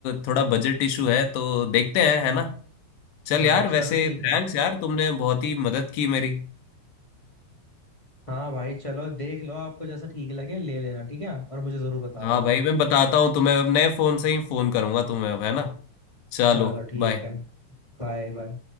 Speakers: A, on the left; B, on the left.
A: थोड़ा बजट इशू है तो देखते हैं है ना चल
B: हाँ
A: यार वैसे
B: चलो ठीक
A: थैंक्स
B: है
A: यार तुमने बहुत ही मदद की मेरी
B: हाँ भाई चलो देख लो आपको जैसा ठीक लगे ले लेना ठीक है और मुझे जरूर बता
A: हाँ
B: देना
A: भाई मैं बताता हूँ तुम्हें अब नए फोन से ही फोन करूंगा तुम्हें अब है ना चलो
B: चलो ठीक
A: बाय
B: है Bye bye